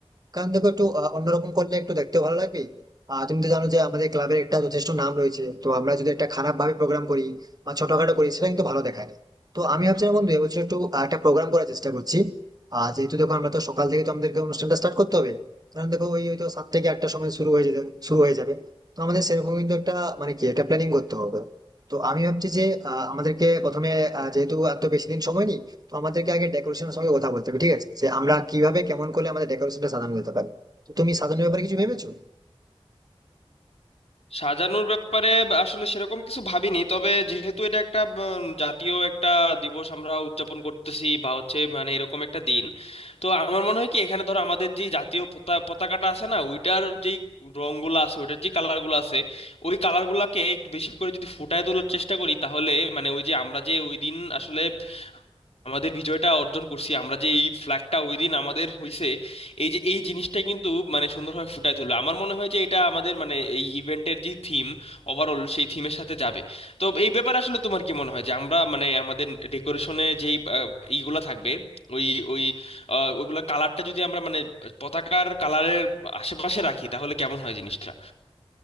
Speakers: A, on the right (about 40°); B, on the left (about 75°).
A: কারণ দেখো একটু আহ, অন্যরকম করলে একটু দেখতেও ভালো লাগবে আর তুমি তো জানো যে আমাদের ক্লাবের একটা যথেষ্ট নাম রয়েছে তো আমরা যদি একটা খারাপ ভাবে প্রোগ্রাম করি বা ছোটখাটো করি সেটা কিন্তু ভালো দেখায় না তো আমি ভাবছিলাম বন্ধু এবছর একটু আহ, একটা প্রোগ্রাম করার চেষ্টা করছি আর যেহেতু দেখো আমরা তো সকাল থেকে তো আমাদেরকে অনুষ্ঠানটা স্টার্ট করতে হবে কারণ দেখো ওই হয়তো সাত থেকে আটটার সময় শুরু হয়ে যেতে শুরু হয়ে যাবে তো আমাদের সেরকম কিন্তু একটা মানে কি একটা প্ল্যানিং করতে হবে তো আমি ভাবছি যে আহ, আমাদেরকে প্রথমে আহ, যেহেতু আর তো বেশি দিন সময় নেই তো আমাদেরকে আগে ডেকোরেশনের সঙ্গে কথা বলতে হবে ঠিক আছে যে আমরা কিভাবে কেমন করলে আমাদের ডেকোরেশনটা সাজানো যেতে পারে তো তুমি সাজানোর ব্যাপারে কিছু ভেবেছো
B: সাজানোর ব্যাপারে আসলে সেরকম কিছু ভাবিনি তবে যেহেতু এটা একটা উম, জাতীয় একটা দিবস আমরা উদযাপন করতেছি বা হচ্ছে মানে এরকম একটা দিন তো আমার মনে হয় কি এখানে ধরো আমাদের যে জাতীয় পতা- পতাকাটা আছে না ওইটার যেই রংগুলো আছে ওইটার যে কালারগুলো আছে ওই কালারগুলোকে একটু বেশি করে যদি ফুটায় তোলার চেষ্টা করি তাহলে মানে ওই যে আমরা যে ওই দিন আসলে আমাদের বিজয়টা অর্জন করছি আমরা যে এই ফ্ল্যাগটা ওই দিন আমাদের হইছে এই যে এই জিনিসটা কিন্তু মানে সুন্দরভাবে ফুটায় তুললো আমার মনে হয় যে এটা আমাদের মানে এই ইভেন্টের যে থিম ওভারঅল সেই থিমের সাথে যাবে তো এই ব্যাপারে আসলে তোমার কি মনে হয় যে আমরা মানে আমাদের ডেকোরেশনে যেই আহ, ইগুলা থাকবে ওই ওই আহ, ওইগুলা কালারটা যদি আমরা মানে পতাকার কালারের আশেপাশে রাখি তাহলে কেমন হয় জিনিসটা